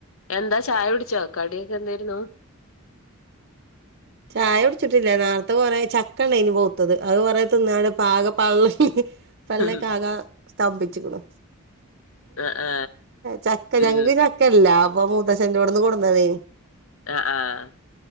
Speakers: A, on the left; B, on the right.
A: എന്താ ചായൊടിച്ചോ ക്കടി എന്തേരുന്നു
B: ചായ ഉട്ച്ചിട്ടില്ല നേര്ത്തെ കൊറെ ചക്ക ണ്ടായിനി പൊഹ്ത്തത് അത് കൊറെ തിന്നാണ് പാക പള്ള പള്ളക്കാക
A: ഉം.
B: സ്തംഭിച്ച്ക്ക്ണ്
A: ആ ആ
B: ചക്ക
A: ഉം
B: ഞങ്ങക്ക് ചക്ക ഇല്ല അപ്പൊ മൂത്തശ ഇവിട്ന്ന് കൊടന്നതേനി
A: അഹ് ആഹ്